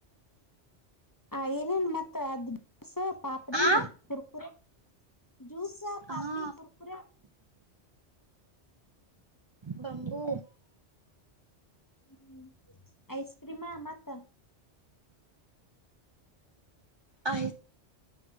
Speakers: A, on the left (about 20°); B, on the right (about 35°).
A: ಆ ಏನೇನ್ ಮತ್ತ ಅದ್ ಸ ಪಾಪಡಿ
B: ಆ
A: ಕುರ್ಕುರು ಜೂಸ ಪಾಪಡಿ
B: ಹಾ
A: ಕುರ್ಕುರ
B: ಬಂಬೂ
A: ಹ್ಮ ಐಸ್ ಕ್ರೀಮಾ ಮತ್ತ
B: ಆ